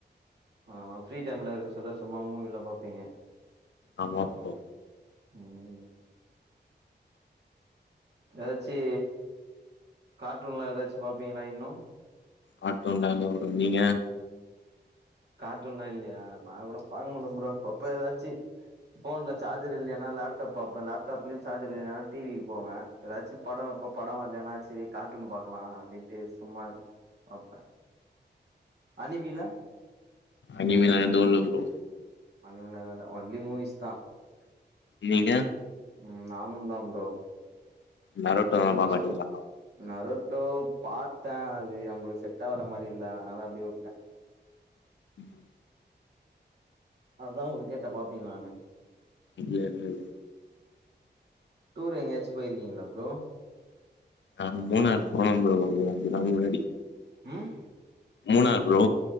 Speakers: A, on the right; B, on the left.
A: ஆ ஃப்ரீ டைம்ல இருக்க சொல்ல சும்மா மூவில்லாம் பாப்பீங்க
B: ஆமா ப்ரோ
A: ம் எதாச்சி கார்ட்டூன்லா எதாச்சு பாப்பீங்ளா இன்னு
B: கார்ட்டூன்லா இல்ல ப்ரோ நீங்க
A: கார்ட்டூன்லா இல்லயா நா கூட பாக்க மாட்டே ப்ரோ அப்பப்ப எதாச்சி ஃபோன்ல சார்ஜர் இல்லைனா லேப்டாப் பாப்பே லேப்டாப்லயு சார்ஜர் இல்லனா டிவி க்கு போவே எதாச்சு படோ இப்ப படோ வர்லைனா செரி கார்ட்டூன் பாக்கலா அப்டின்ட்டு சும்மா பாப்பே அனீமில
B: அனீமினா எதுவுல்ல ப்ரோ
A: அந்த மார்லா எது இல்ல ஒன்லி மூவீஸ் தா
B: நீங்க
A: ம் நானும்தா ப்ரோ
B: நரோட்டோலா
A: மூவிஸ்
B: பாக்க மாட்டீங்களா
A: பாப்பே நரட்டோ பாத்தே அது நம்ளுக்கு செட்டாவுற மாரி இல்ல அதனாலா அப்டியே வுட்டே
B: ம்
A: அதா உங்கள கேட்டே பாப்பீங்களானு
B: இல்ல இல்லல்ல
A: டூர் எங்கேயாச்சு போய்ருக்கீங்ளா ப்ரோ
B: நாங்க மூணாறு போனோ ப்ரோ அஞ்சு நாள் முன்னாடி
A: ம்
B: மூணாறு ப்ரோ